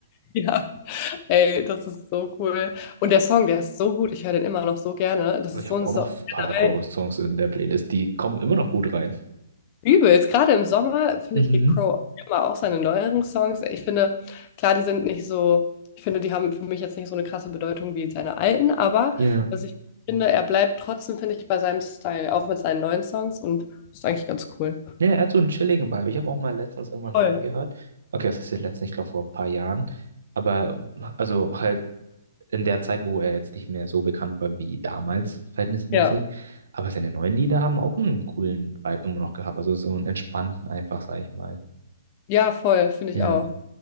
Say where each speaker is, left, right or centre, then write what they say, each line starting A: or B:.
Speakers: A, on the left (about 20°); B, on the right (about 75°).
A: ja. Ey, das ist so cool. Und der Song, der ist so gut. Ich höre den immer noch so gerne. Das
B: Und
A: ist
B: ich
A: so
B: habe
A: ein
B: auch
A: so
B: noch ein
A: generell
B: paar Crow-Songs in der Playlist, die kommen immer noch gut rein.
A: übelst. Gerade im Sommer, finde
B: Mhm.
A: ich, geht Crow immer auch seine neueren Songs. Ich finde, klar, die sind nicht so, ich finde, die haben für mich jetzt nicht so eine krasse Bedeutung wie seine alten, aber
B: Ja.
A: was ich finde, er bleibt trotzdem, finde ich, bei seinem Style, auch mit seinen neuen Songs und ist eigentlich ganz cool.
B: Ja, er hat so einen chilligen Vibe. Ich habe auch mal letztens irgendwann
A: Voll.
B: reingehört. Okay, was ist jetzt letztens? Ich glaube vor ein paar Jahren. Aber also halt in der Zeit, wo er jetzt nicht mehr so bekannt war wie damals, verhältnismäßig.
A: Ja.
B: Aber seine neuen Lieder haben auch einen coolen Vibe immer noch gehabt. Also so einen entspannten einfach, sag ich mal.
A: Ja, voll, finde
B: Ja,
A: ich auch.